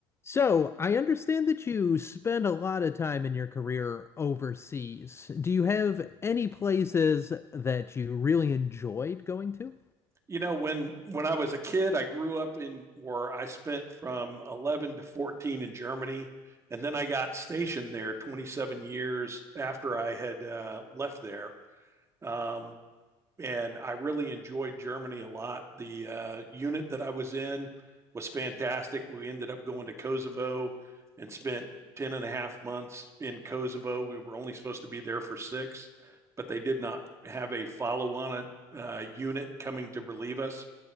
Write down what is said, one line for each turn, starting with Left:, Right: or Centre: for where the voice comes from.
Left: So, I understand that you spend a lot of time in your career overseas. Do you have any places that you really enjoyed going to?
Right: you know when when i was a kid i grew up in where i spent from 11 to 14 in germany and then i got stationed there 27 years after i had uh, left there um, and i really enjoyed germany a lot the uh, unit that i was in was fantastic we ended up going to kosovo and spent 10 and a half months in kosovo we were only supposed to be there for six but they did not have a follow on uh, unit coming to relieve us